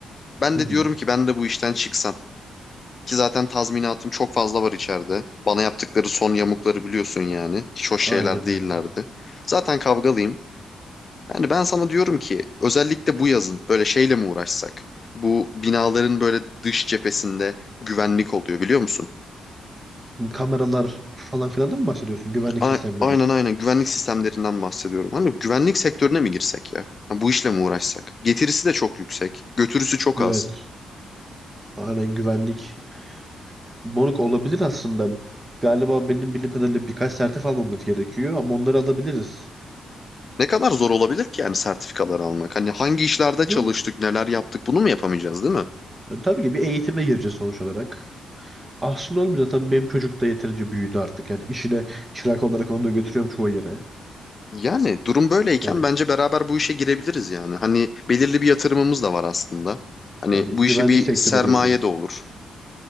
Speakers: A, on the left; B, on the right.
A: Ben
B: Hı
A: de
B: hı.
A: diyorum ki ben de bu işten çıksam. Ki zaten tazminatım çok fazla var içeride. Bana yaptıkları son yamukları biliyorsun yani. Hiç hoş
B: Aynen
A: şeyler değillerdi.
B: öyle.
A: Zaten kavgalıyım. Yani ben sana diyorum ki özellikle bu yazın böyle şeyle mi uğraşsak? Bu binaların böyle dış cephesinde güvenlik oluyor biliyor musun?
B: Kameralar falan filan da mı bahsediyorsun? Güvenlik
A: A-
B: sistemleri.
A: aynen aynen güvenlik sistemlerinden bahsediyorum. Hani güvenlik sektörüne mi girsek ya? Ha, bu işle mi uğraşsak? Getirisi de çok yüksek, götürüsü çok
B: Evet.
A: az.
B: Aynen güvenlik Moruk olabilir aslında. Galiba benim bildiğim kadarıyla birkaç sertif almamız gerekiyor ama onları alabiliriz.
A: Ne kadar zor olabilir ki yani sertifikaları almak? Hani hangi işlerde
B: Yo,
A: çalıştık, neler yaptık bunu mu yapamayacağız değil mi?
B: yani tabii ki bir eğitime gireceğiz sonuç olarak. Aslında olmuyor zaten benim çocuk da yeterince büyüdü artık. Yani işine çırak olarak onu da götürüyorum çoğu yere.
A: Yani durum böyleyken
B: Yani
A: bence beraber bu işe girebiliriz yani. Hani belirli bir yatırımımız da var aslında. Hani
B: yani
A: bu
B: güvenlik
A: işe bir
B: sektörü
A: sermaye
B: diyorsun.
A: de olur.